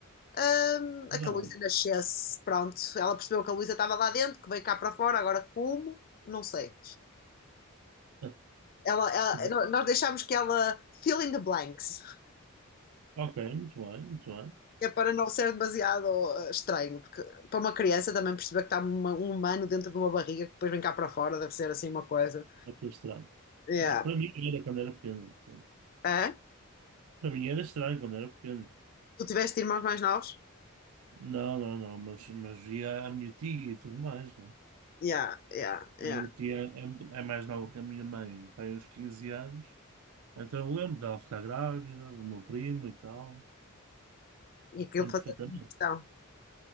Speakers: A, on the left; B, on the right.
A: hum,
B: Não.
A: a que a Luísa nascesse. Pronto, ela percebeu que a Luísa estava lá dentro, que veio cá para fora, agora como? Não sei.
B: <laughs>
A: Ela, ela-
B: Pronto.
A: no- nós deixámos que ela fill in the blanks,
B: Ok, muito bem, muito bem.
A: que é para não ser demasiado uh, estranho, porque para uma criança também perceber que está uma- um humano dentro de uma barriga que depois vem cá para fora, deve ser assim uma coisa.
B: Pode ser estranho.
A: Yeah.
B: Claro, para mim era quando era pequeno. portanto.
A: é
B: Para mim era estranho quando era pequeno.
A: Tu tiveste irmãos mais novos?
B: Não, não, não, mas, mas via a minha tia e tudo mais. Não?
A: Yeah, yeah, yeah.
B: é? A minha tia é, muito- é mais nova que a minha mãe, tem uns 15 anos. Então eu lembro dela ficar grávida, do meu primo e tal.
A: E que
B: Lembro
A: eu fazia
B: perfeitamente.
A: questão.